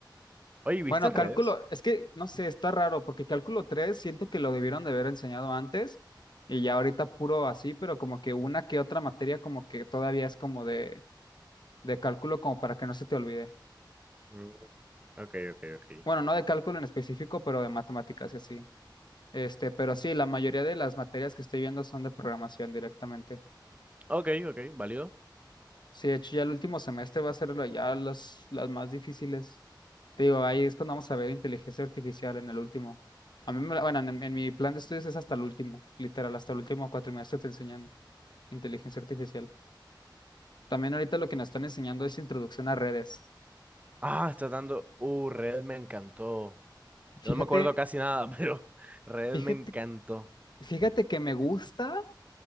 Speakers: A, on the right; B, on the left.
A: Oye, ¿viste
B: bueno,
A: redes?
B: cálculo, es que, no sé, está raro, porque cálculo 3 siento que lo debieron de haber enseñado antes y ya ahorita puro así, pero como que una que otra materia como que todavía es como de, de cálculo como para que no se te olvide.
A: Mm, ok, ok, ok.
B: Bueno, no de cálculo en específico, pero de matemáticas y así. Este, pero sí, la mayoría de las materias que estoy viendo son de programación directamente.
A: Ok, ok, válido.
B: Sí, de hecho ya el último semestre va a ser la- ya las, las más difíciles. Te digo, ahí es cuando vamos a ver inteligencia artificial en el último. A mí, me la- bueno, en, en mi plan de estudios es hasta el último, literal, hasta el último cuatrimestre te enseñan inteligencia artificial. También ahorita lo que nos están enseñando es introducción a redes.
A: Ah, está dando. Uh, red me encantó.
B: Fíjate,
A: No me acuerdo casi nada, <laughs> pero Red
B: fíjate,
A: me encantó.
B: fíjate que me gusta,